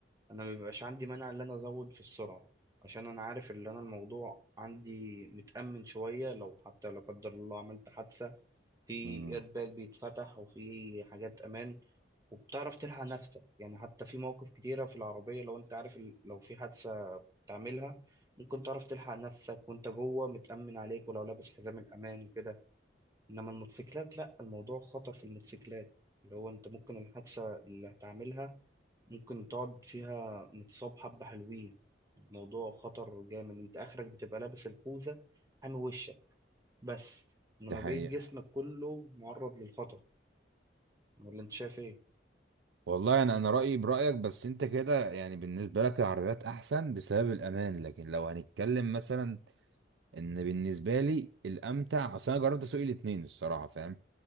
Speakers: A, on the right (about 20°); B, on the right (about 70°).
A: أنا مبيبقاش عندي مانع إن أنا أزود في السرعة عشان أنا عارف إن أنا الموضوع عندي متأمن شوية لو حتى لا قدر الله عملت حادثة في
B: امم
A: ايرباك بيتفتح وفي حاجات امان وبتعرف تلحق نفسك يعني حتى في مواقف كتيرة في العربية لو انت عارف ال- لو في حادثة تعملها ممكن تعرف تلحق نفسك وانت جوه متأمن عليك ولو لابس حزام الأمان وكده انما الموتوسيكلات لا الموضوع خطر في الموتوسيكلات اللي هو انت ممكن الحادثة اللي هتعملها ممكن تقعد فيها متصاب حبة حلوين الموضوع خطر جامد انت اخرك بتبقى لابس الخوذة حامي وشك بس انما
B: ده حقيقة
A: بقية جسمك كله معرض للخطر ولا انت شايف ايه؟
B: والله انا انا رايي برايك بس انت كده يعني بالنسبه لك العربيات احسن بسبب الامان لكن لو هنتكلم مثلا ان بالنسبه لي الامتع اصل انا جربت اسوق الاثنين الصراحه فاهم